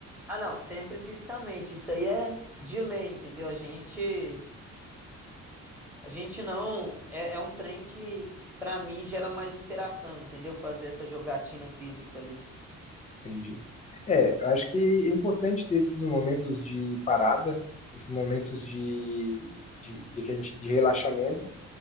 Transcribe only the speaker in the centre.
Ah, não, sempre fisicamente. Isso aí é de lei, entendeu? A gente A gente não. É, é um trem que, pra mim, gera mais interação, entendeu? Fazer essa jogatina física ali.